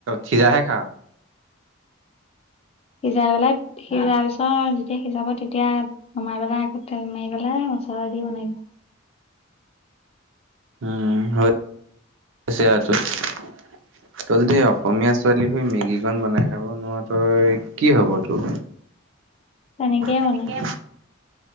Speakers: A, on the right; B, on the left.
A: খিৰাহে খাওঁ।
B: সিজাই পেলাই সিজাৰ পিছত যেতিয়া সিজাব, তেতিয়া নমাই পেলাই আকৌ তেল মাৰি পেলাই, মছলা দি বনাই দিওঁ।
A: উম হৈ <unintelligible> তই যদি অসমীয়া ছোৱালী হৈ মেগী কণ বনাই খাব নোৱাৰ তই কি হ'ব তোৰ?
B: তেনেকেই
A: তেনেকে
B: বনাই